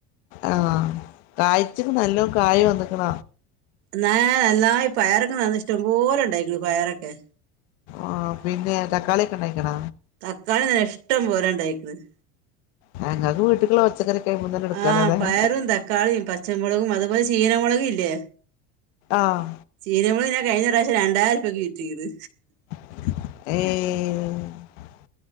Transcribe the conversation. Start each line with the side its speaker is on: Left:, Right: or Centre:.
Left: ആഹ് കാഴ്ചക്ക് നല്ലോ കായ വന്നക്കണ
Right: ന്നായി നന്നായി പയറൊകെ ഇഷ്ടം പോലെണ്ടായിങ്ങ പയറൊക്കെ
Left: ആഹ് പിന്നെ തക്കാളിയൊക്കെ ഉണ്ടായിക്കണ
Right: തക്കാളി ഇഷ്ടം പോലെ ഇണ്ടായിക്കണ്
Left: നിങ്ങക്ക് വീട്ടിക്കുള്ള പച്ചക്കറി ഒക്കെ അവിടുന്ന് തന്നെ എടുക്കാവല്ലേ
Right: ആ പയറും
Left: അല്ലെ
Right: തക്കാളിയും പച്ചമുളകും അതുപോലെ ചീനമുളകും ഇല്ലേ?
Left: ആഹ്
Right: ചീനമുളക് ഞാൻ കഴിഞ്ഞ പ്രാവശ്യം രണ്ടായിരൂപക്ക് വിറ്റികണ്
Left: ഏഹ്